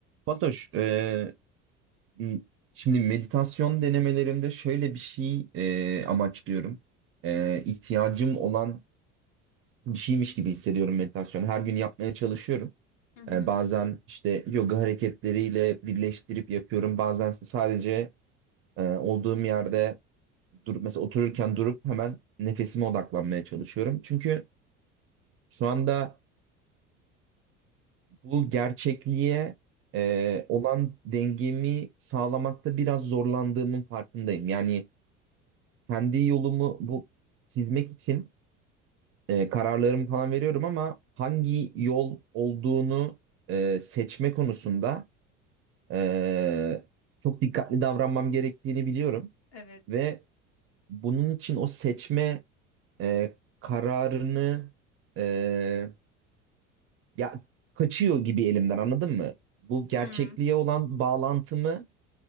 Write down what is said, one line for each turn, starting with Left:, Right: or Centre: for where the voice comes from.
Right: Fatoş, e, m- şimdi meditasyon denemelerimde şöyle bir şey e, amaçlıyorum. E, ihtiyacım olan bir şeymiş gibi hissediyorum meditasyonu. Her gün yapmaya çalışıyorum.
Left: Hı hı.
Right: E, bazen işte yoga hareketleriyle birleştirip yapıyorum. Bazen ise sadece e, olduğum yerde durup mesela otururken durup hemen nefesime odaklanmaya çalışıyorum. Çünkü şu anda bu gerçekliğe e, olan dengemi sağlamakta biraz zorlandığımın farkındayım. Yani kendi yolumu bu çizmek için e, kararlarımı falan veriyorum ama hangi yol olduğunu e, seçme konusunda e, çok dikkatli davranmam gerektiğini biliyorum
Left: Evet.
Right: ve bunun için o seçme e, kararını e, ya kaçıyor gibi elimden anladın mı? Bu gerçekliğe
Left: Hmm,
Right: olan bağlantımı